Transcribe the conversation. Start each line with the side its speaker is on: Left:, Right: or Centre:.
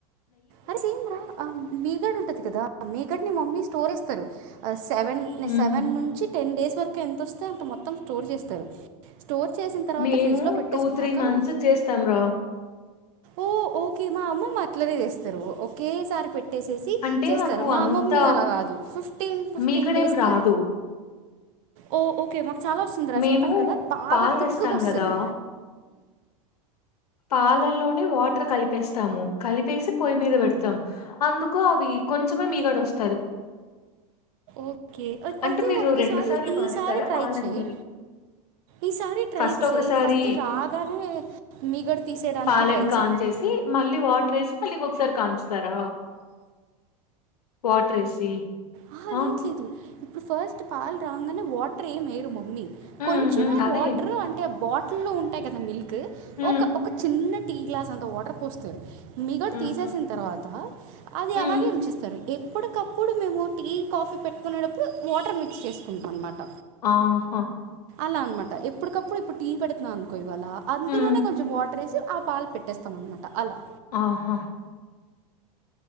Right: అరే సేమ్ రా ఆ మీగడ ఉంటది కదా ఆ మేగడ్ ని మమ్మీ స్టోరేజ్ <inaudible> సెవెన్
Left: ఊహు
Right: సెవెన్ నుంచి టెన్ డేస్ వరకు ఎంత వొస్తే అంత మొత్తం స్టోర్ చేస్తారు స్టోర్ చేసిన తర్వాత
Left: మేము
Right: ఫ్రిడ్జ్లో పెట్టేసుకున్నాక
Left: టూ త్రీ మంత్స్ చేస్తాం రా
Right: ఓ ఓకే మా అమ్మమ్మ అట్లనే జేస్ ఓకే సారి పెట్టేేసి
Left: అంటే
Right: చేస్తారు
Left: మాకు
Right: మా
Left: అంత
Right: మమ్మీ అలా కాదు ఫిఫ్టీన్ ఫిఫ్టీన్
Left: మీగడేం
Right: డేస్
Left: రాదు.
Right: కి ఓ ఓకె మా చాలా వస్తుందిరా
Left: మేము
Right: చెప్పాను కదా బాగా
Left: పాలు
Right: తిక్కుగా
Left: తెస్తాం
Right: వస్తది
Left: గదా పాలల్లోనే వాటర్ కలిపేస్తాము కలిపేసి పొయ్యి మీద పెడతాము అందుకు అవి కొంచమే మీగడ వొస్
Right: ఓకే
Left: అంటే
Right: అయితే
Left: మీరు
Right: ఒకసారి
Left: రెండు సార్లు
Right: ఈసారి
Left: కాంచుతారా
Right: ట్రై
Left: పాలని?
Right: చేయ్ ఈసారి ట్రై
Left: ఫస్ట్
Right: చేయ్
Left: ఒకసారి
Right: ఫస్ట్ రాగానే మీగడ తీసేయడానికి
Left: పాలని
Right: ట్రై
Left: కాం
Right: చేయి
Left: చేసి మళ్ళీ వాటర్ ఏసి మళ్ళీ ఇంకొకసారి కాంచుతారా వాటర్ ఏసి
Right: అహా
Left: ఆ
Right: లేట్ లేదు ఫస్ట్ పాలు రాంగా నే వాటర్ ఏమి ఎయ్యరు మమ్మీ
Left: హ్మ్
Right: కొంచమే
Left: హ్మ్ అదే
Right: వాట్రు అంటే బాటిల్లో ఉంటాయి కదా మిల్క్
Left: హ
Right: ఒక ఒక చిన్న టీ గ్లాస్ అంతా వాటర్ పోస్తారు మీగడ
Left: హ్మ్
Right: తీసేసిన తర్వాత అది
Left: హ్మ్.
Right: అలాగే ఉంచేస్తారు ఎప్పుడుకప్పుడు మేము టీ కాఫీ పెట్టుకునేటప్పుడు వాటర్ మిక్స్ చేసుకుంటాం అనమాట
Left: ఆహా
Right: అలా అనమాట ఎప్పుడుకప్పుడు ఇప్పుడు టీ పెడుతునానుకో కో ఇవాల అందులోనే
Left: హ్మ్.
Right: కొంచెం వాటరేసి ఆ పాలు పెట్టేస్తామనమాట అలా
Left: ఆహా